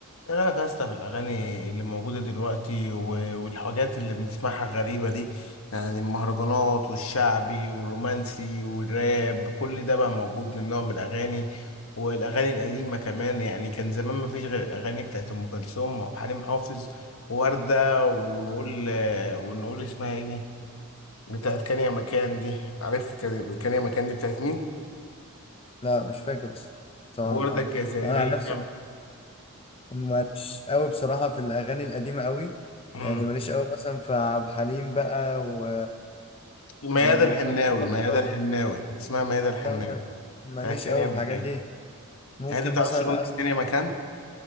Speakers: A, on the left; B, on the left.
A: ايه رايك يا اسطى في الاغاني اللي موجوده دلوقتي و- والحاجات اللي بنسمعها غريبه دي يعني المهرجانات والشعبي والرومانسي والراب كل ده بقى موجود من نوع من الاغاني والاغاني القديمه كمان يعني كان زمان ما فيش غير الاغاني بتاعت ام كلثوم وعبد الحليم حافظ ووردة ونقول ونقول اسمها ايه دي بتاعت كان يا مكان دي عارف كان كان يا مكان دي بتاعت مين
B: لا مش فاكر بس- بصراحة
A: وردة
B: ما
A: الجزائرية
B: يعني أنا عن نفسي ماليش قوي بصراحة في الأغاني القديمة قوي
A: امم
B: يعني ماليش قوي مثلا في عبد الحليم بقى و
A: ميادة
B: وفريد
A: الحناوي
B: الأطرش
A: ميادة الحناوي اسمها ميادة الحناوي
B: لا ما- ماليش
A: بتاعت ثانية
B: قوي
A: مكان
B: في الحاجات دي ممكن
A: يعني انت بتعرفش
B: مثلا
A: اغنية
B: أس...
A: ثانية مكان